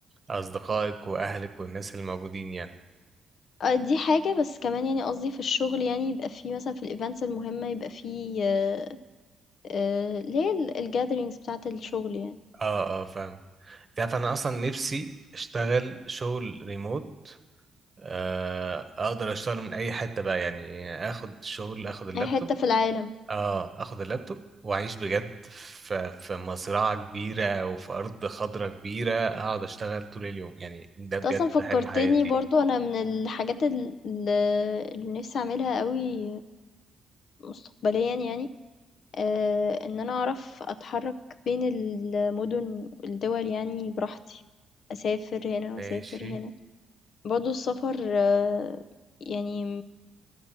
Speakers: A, on the right; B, on the left.
A: اصدقائك واهلك والناس اللي موجودين يعني
B: آه، دي حاجة، بس كمان يعني قصدي في الشغل يعني يبقى في مثلًا في الevents المهمة يبقى في آآ، اللي هي ال الgatherings بتاعة الشغل يعني،
A: اه اه فاهمك انت عارف انا اصلا نفسي اشتغل شغل ريموت آه اقدر اشتغل من اي حته بقى يعني اخد شغل اخد اللابتوب
B: أي حتة في العالم.
A: اه اخد اللابتوب واعيش بجد في في مزرعه كبيره او في ارض خضراء كبيره اقعد اشتغل طول اليوم يعني ده
B: أنت
A: بجد
B: أصلًا فكّرتني
A: حلم حياتي
B: برضه أنا من الحاجات ال ال اللي نفسي أعملها أوي مستقبليًا يعني، آآ، إن أنا أعرف أتحرّك بين المدن والدول يعني براحتي، أسافر هنا وأسافر
A: ماشي
B: هنا. برضه السفر آه، يعني